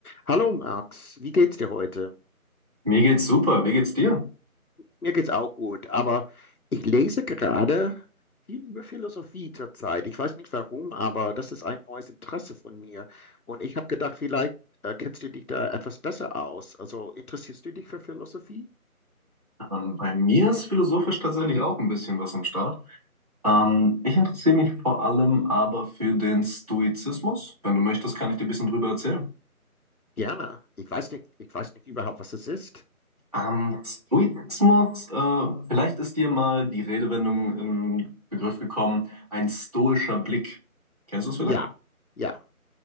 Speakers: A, on the left; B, on the right.
A: Hallo Max, wie geht's dir heute?
B: Mir geht's super. Wie geht's dir?
A: Mir geht's auch gut, aber ich lese gerade viel über Philosophie zurzeit. Ich weiß nicht warum, aber das ist ein neues Interesse von mir. Und ich habe gedacht, vielleicht äh, kennst du dich da etwas besser aus. Also interessierst du dich für Philosophie?
B: Ähm, bei mir ist philosophisch tatsächlich auch ein bisschen was am Start. Ähm, ich interessiere mich vor allem aber für den Stoizismus. Wenn du möchtest, kann ich dir ein bisschen drüber erzählen.
A: Gerne. Ich weiß nicht, ich weiß nicht überhaupt, was es ist.
B: Ähm, Stoizismus, äh, vielleicht ist dir mal die Redewendung in Begriff gekommen, ein stoischer Blick. Kennst du es vielleicht?
A: Ja, ja.